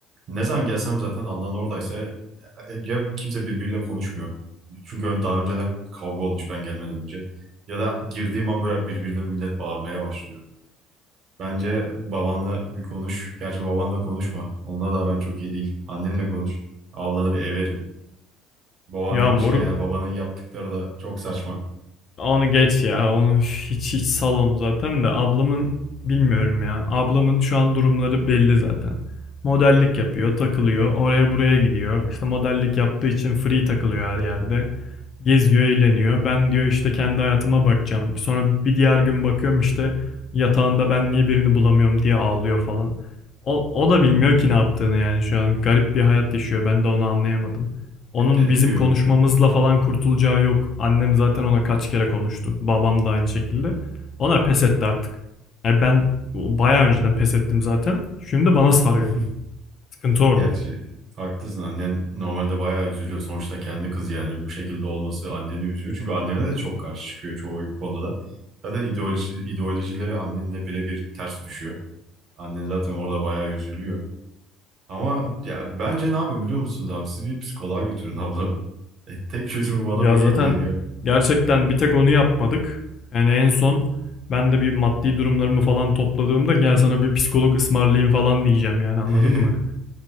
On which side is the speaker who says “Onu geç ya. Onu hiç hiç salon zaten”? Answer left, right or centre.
Left